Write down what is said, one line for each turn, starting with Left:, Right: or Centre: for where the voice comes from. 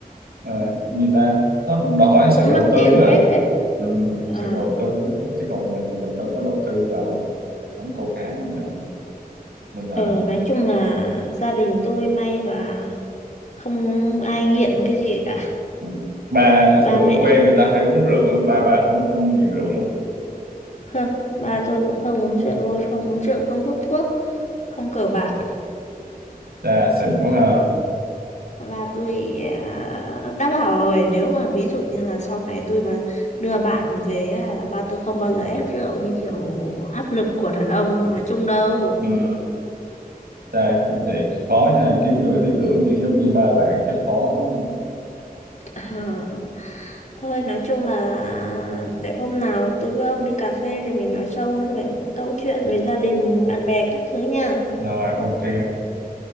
Right: ờ, gì ta nó đòi hỏi sự
Left: cũng
Right: đầu
Left: mắc
Right: tư
Left: tiền
Right: á
Left: phết đấy.
Right: ừ,
Left: Ờ,
Right: sự đầu tư á chứ còn mình mình đâu có đầu tư vào món câu cá gì đâu nên là
Left: ờ, nói chung là gia đình tôi may là không ai nghiện cái gì cả.
Right: Ừ. Ba
Left: Ba
Right: thường
Left: mẹ
Right: ở quê người ta hay uống rượu á, ba bà không không nghiện rượu luôn
Left: Không, ba tôi cũng không uống rượu luôn, không uống rượu, không hút thuốc, không cờ bạc.
Right: cha xịn quá ha
Left: Và tôi à, đã bảo rồi, nếu mà ví dụ như là sau này tôi mà đưa bạn về, à, ba tôi không bao giờ ép rượu như kiểu áp lực của đàn ông nói chung đâu.
Right: ừ. cha vậy khó nha kiếm người lý tưởng kiểu giống như ba bạn chắc khó lắm
Left: <laughs> À, thôi, nói chung là để hôm nào tôi với ông đi cà phê rồi mình nói sâu hơn về những câu chuyện về gia đình, bạn bè các thứ nha.
Right: rồi ok